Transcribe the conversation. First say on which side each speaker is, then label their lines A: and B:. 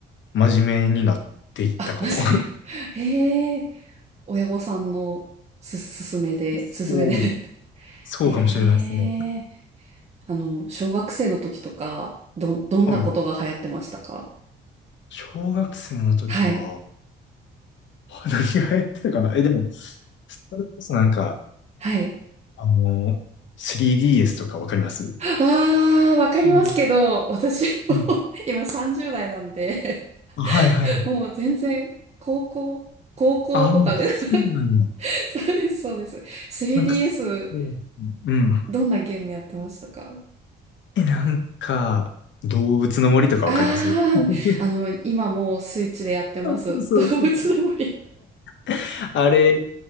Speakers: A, on the left; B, on the right.
A: 真面目になっていったかも。
B: あ、間違えた。へえ。親御さんのす、すすめで、
A: <laughs> そう、
B: すすめで。<laughs>
A: そうかもしれないですね。
B: へえ。あの、小学生の時とか、ど、どんなことが流行ってましたか
A: はい。小学生の時は、
B: はい。
A: <laughs> 何がやってたかなえ、でも、それこそなんか、
B: はい。
A: あの、3DS とかわかります
B: ああ、わかりますけど、
A: うん
B: 私も
A: うん
B: <laughs> 今30代なんで、
A: あ、はいはい。
B: <laughs> もう全然、高校、高校とかで
A: ああ、そうなんだ。
B: <laughs> そうです、そうです。3DS、
A: なんか、そう。うん。
B: どんなゲームやってましたか
A: え、なんか、動物の森とかわかります
B: ああー、
A: <laughs>
B: あの、今もうスイッチでやってます。
A: そうそうそうそう。
B: 動物の森。
A: <laughs> あれ